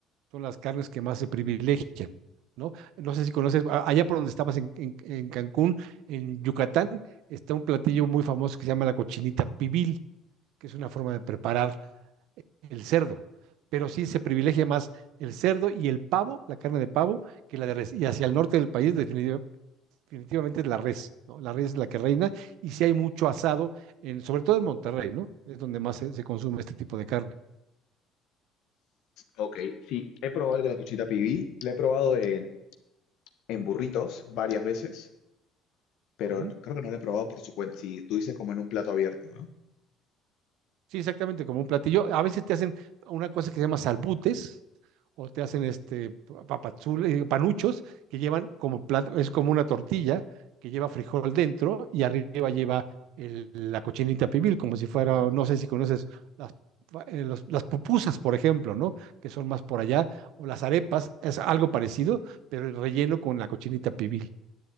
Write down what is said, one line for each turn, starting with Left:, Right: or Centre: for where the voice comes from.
Right: son las carnes que más se privilegian, ¿no? No sé si conoces, a- allá por donde estabas en, en- en Cancún, en Yucatán, está un platillo muy famoso que se llama la cochinita pibil, que es una forma de preparar el cerdo, pero sí se privilegia más el cerdo y el pavo, la carne de pavo, que la de res. Y hacia el norte del país definitivamente definitivamente es la res, ¿no? La res es la que reina y si sí hay mucho asado, en, sobre todo en Monterrey, ¿no? Es donde más se, se consume este tipo de carne.
Left: Ok, sí, he probado el de la cochita pibil, la he probado en, en burritos varias veces. pero
Right: Uh -huh.
Left: creo que no la he probado por su cuenta. Si tú dices como en un plato abierto, ¿no?
Right: Sí, exactamente, como un platillo. A veces te hacen una cosa que se llama salbutes o te hacen este papazules, eh, panuchos que llevan como plato, es como una tortilla que lleva frijol dentro y arriba lleva el- la cochinita pibil, como si fuera, no sé si conoces las, pa- eh, los- las pupusas, por ejemplo, ¿no? Que son más por allá, o las arepas, es algo parecido, pero el relleno con la cochinita pibil.